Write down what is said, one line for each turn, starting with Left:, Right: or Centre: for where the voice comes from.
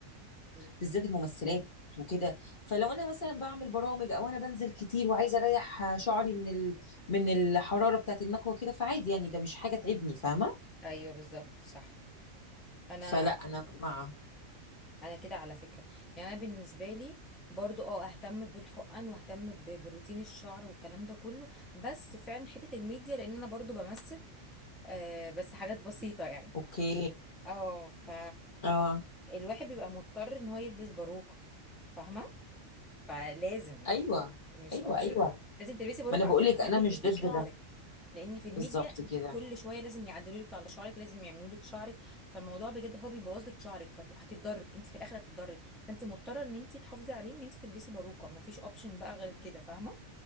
Centre: أمم.
Left: بالذات الممثلات وكده فلو انا مثلا بعمل برامج او انا بنزل كتير وعايزه اريح شعري من ال... من الحراره بتاعت المكوه كده فعادي يعني ده مش حاجه تعبني فاهمه
Centre: ايوه بالظبط صح انا
Left: فلا انا مع
Centre: انا كده على فكره يعني انا بالنسبه لي برضو اه اهتم بالحقن واهتم ب- بروتين الشعر والكلام ده كله بس فعلا حته الميديا لان انا برضو بمثل آه بس حاجات بسيطه يعني
Left: اوكي
Centre: اه ف
Left: اه
Centre: الواحد بيبقى مضطر ان هو يلبس باروكه فاهمه فلازم
Left: ايوه
Centre: مش
Left: ايوه
Centre: اوبشن
Left: ايوه
Centre: لازم تلبسي باروكه
Left: ما انا بقول
Centre: عشان
Left: لك
Centre: ما
Left: انا
Centre: تهلكيش
Left: مش ضد
Centre: شعرك
Left: ده
Centre: لان في الميديا
Left: بالظبط كده
Centre: انت كل شويه لازم يعدلوا لك على شعرك لازم يعملوا لك شعرك فالموضوع بجد هو بيبوظ لك شعرك فهتتضري انت في الاخر هتتضري فانت مضطره ان انت تحافظي عليه ان انت تلبسي باروكه ما فيش اوبشن بقى غير كده فاهمه